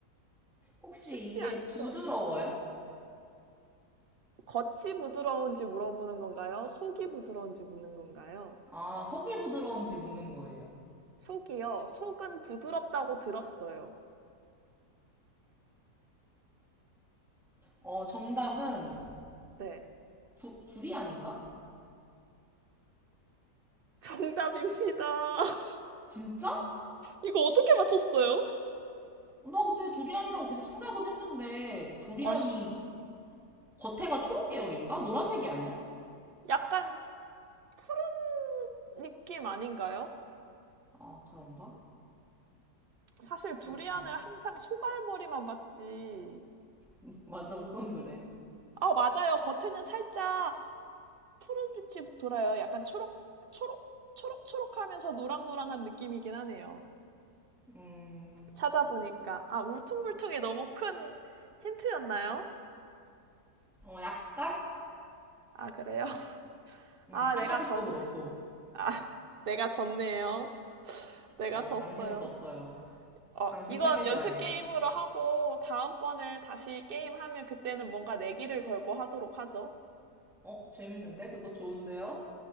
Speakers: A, in the centre; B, on the right.
A: 혹시
B: 쉽지
A: 이게
B: 않죠?
A: 부드러워요?
B: 겉이 부드러운지 물어보는 건가요? 속이 부드러운지 묻는 건가요?
A: 아, 속이 부드러운지 묻는 거예요.
B: 속이요. 속은 부드럽다고 들었어요.
A: 어, 정답은
B: 네.
A: 두, 두리안인가?
B: 정답입니다. <laughs>
A: 진짜?
B: 이거 어떻게 맞췄어요?
A: 나 근데 두리안이라고 계속 생각은 했는데 두리안이
B: 아이씨.
A: 겉에가 초록 계열인가? 노란색이 아니야?
B: 약간 푸른 느낌 아닌가요?
A: 아, 그런가?
B: 사실 두리안을
A: 그렇구나.
B: 항상 소갈머리만 봤지.
A: <laughs> 맞아, 그건 그래.
B: 아, 맞아요. 겉에는 살짝 푸른 빛이 돌아요. 약간 초록, 초록, 초록초록하면서 노랑노랑한 느낌이긴 하네요.
A: 음,
B: 찾아보니까 아 울퉁불퉁이 너무 큰 힌트였나요?
A: 어, 약간?
B: 아 그래요? <laughs>
A: 음,
B: 아
A: 상아색도
B: 내가 전
A: 그렇고.
B: 아 <laughs> 내가 졌네요. <sighs> <laughs> 내가
A: 어,
B: 졌어요.
A: 당신은 졌어요.
B: 어
A: 당신
B: 이건
A: 패배자예요.
B: 연습 게임으로 하고 다음번에 다시 게임하면 그때는 뭔가 내기를 걸고 하도록 하죠.
A: 어, 재밌는데? 그거 좋은데요?